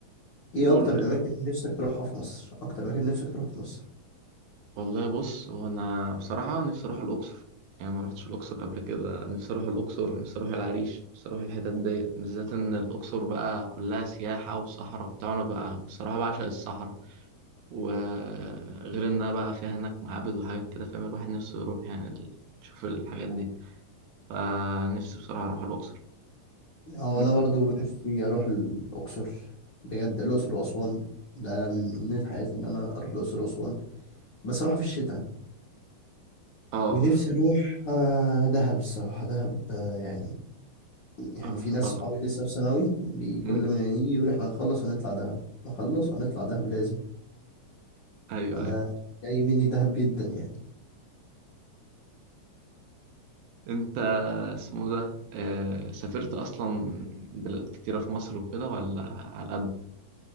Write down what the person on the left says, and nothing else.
ايه
اكتر الاماكن اللي نفسك تروحها في مصر اكتر مكان نفسك تروحه في مصر
هو
انا برضو نفسي اروح الاقصر بجد الاقصر واسوان ده من امنية حياتي ان انا اروح الاقصر واسوان بس اروح في الشتاء
ونفسي اروح آه، دهب الصراحه دهب آه، يعني يعني
في ناس صحابي لسه في ثانوي بي- كل
ما يجي يقول احنا هنخلص هنطلع دهب نخلص هنطلع دهب لازم
فانا
جاي مني دهب جدا يعني